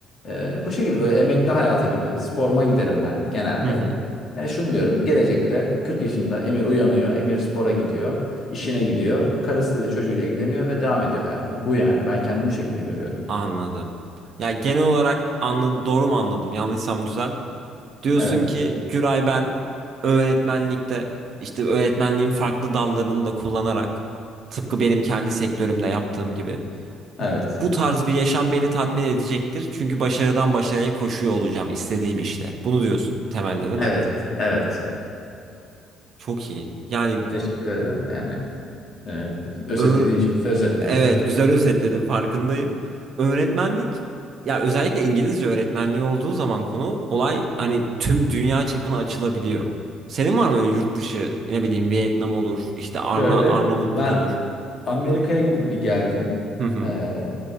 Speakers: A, on the left (about 45°); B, on the right (about 45°).
A: Ee, bu şekilde böyle emekli hayatı gibi sporuma giderim ben genelde.
B: Hı hı.
A: Yani şunu diyorum, gelecekte 40 yaşında Emir uyanıyor, Emir spora gidiyor, işine gidiyor, karısıyla çocuğuyla ilgileniyor ve devam ediyor hayatına. Bu yani, ben kendimi bu şekilde görüyorum.
B: Anladım. Ya genel olarak anla doğru mu anladım? Yanlışsam düzelt. Diyorsun
A: Evet,
B: ki Güray ben öğretmenlikte işte öğretmenliğin farklı dallarını da kullanarak tıpkı benim kendi sektörümde yaptığım gibi
A: evet,
B: bu tarz bir yaşam beni tatmin edecektir. Çünkü başarıdan başarıya koşuyor olacağım istediğim işte. Bunu diyorsun temelde değil
A: evet,
B: mi?
A: evet.
B: Çok iyi. Yani
A: Teşekkür ederim yani. e, özetlediğin
B: ö.
A: için güzel özetledin.
B: Evet, güzel
A: <laughs>
B: özetledin farkındayım. Öğretmenlik ya özellikle İngilizce öğretmenliği olduğu zaman konu olay hani tüm dünya çapına açılabiliyor. Senin var mı öyle yurt dışı ne bileyim Vietnam olur, işte Arna
A: Şöyle
B: Arnavutluk
A: ben
B: olur.
A: Amerika'ya gidip bir geldim.
B: Hı hı.
A: Ee,